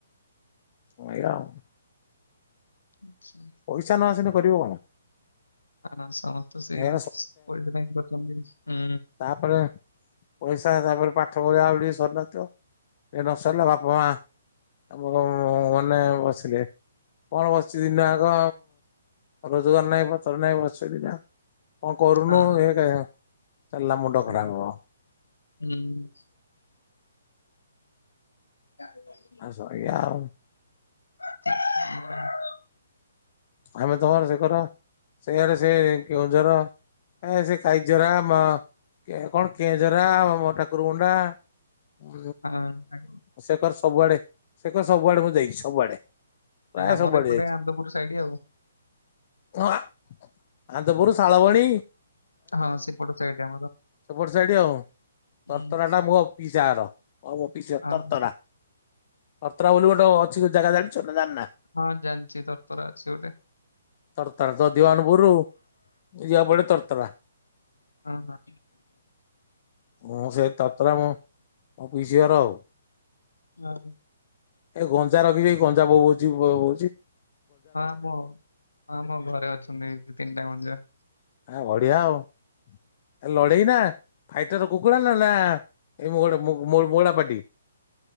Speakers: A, on the left; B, on the left.
A: <unintelligible>
B: ଆଛା।
A: ପଇସା ନ ଆସିଲେ କରିବ କଣ?
B: ହଁ ସମସ୍ତେ ସେଇ
A: ଏ
B: ପଇସା ପାଇଁ କରଛନ୍ତି ହଁ।
A: ତା ପରେ ପଇସା ତା ପରେ ପାଠ ପଢିବା ଆ ଟିକେ ସରି ନଥିବ ଏ ନ ସରିଲା ବାପା ମା ଆମୁଁନ ମନେ ବସିଲେ। କଣ ବସିଛି ଦିନ ଆଗ ରୋଜଗାର ନାହିଁ ପଥର ନାହିଁ ବସିଛି ଦିନ। କଣ କରୁନୁ
B: ହଁ
A: ଏ ଚାଲିଲା ମୁଣ୍ଡ
B: ସେଇ
A: ଖରାପ ହବ?
B: ହୁଁ। <inaudible>
A: <unintelligible>
B: <inaudible>
A: ଆମେ ତମର ସେ କର ସେଇଆରେ ସେ କେଉଁ ଜର ଏ ସେ ଖାଇ ଜରା ମ କଣ କେ ଜରା ମୋ ଠାକୁର ଗୁଣ୍ଡା ଉ
B: ହଁ
A: ସେକର୍ ସବୁଆଡେ ସେକର୍ ସବୁଆଡେ ମୁଁ ଦେଇଛି ସବୁଆଡେ। ପ୍ରାୟ
B: ଆମର
A: ସବୁଆଡେ
B: ଏପଟେ ଆନ୍ଦପୁର ସାଇଡ ଆଉ।
A: ହ ଆନ୍ଦପୁର, ସାଳବଣି
B: ହଁ ସେପଟ ସାଇଟ
A: ସେପଟ ସେ ଆଠି ଆଉ।
B: ହୁଁ
A: ତରତରା ଟା ମୋ ପିସାର ହଉ ମୋ ପିସ
B: ଆଉ
A: ତରତଡା। ଅର୍ତ୍ର ବୋଲି ଗୋଟେ ଅଛି ଜାଗା ଜାଣିଛ ନା ଜାଣି ନା?
B: ହଁ ଜାଣିଛି ଦର ତର ଅଛି ଗୋଟେ।
A: ତରତରା ତ ଦିିବାନପୁରୁ ଯିବା ପଡ ତରତରା।
B: ହଁ ହଁ।
A: ମୁଁ ସେ ତରତରା ମୁଁ ମୋ ପିଶି ହର ଆଉ।
B: ହଁ।
A: ଏ ଗଞ୍ଜା ରଖିଛି ଏଇ ଗଞ୍ଜା ବୋ ବଉଛି ବଉଛି।
B: ହଁ ମ ହଁ ମୋ ଘରେ ଅଛନ୍ତି ଦି, ତିନିଟା ଗଞ୍ଜା।
A: ଆ ବଢିଆ ଆଉ। ଏ ଲଢ଼େଇ ନା ଫାଇଟର କୁକୁଡ଼ା ନା, ନା ଏ ମୋଡ ମୁ ମୋଡ ମଳା ପାଟି?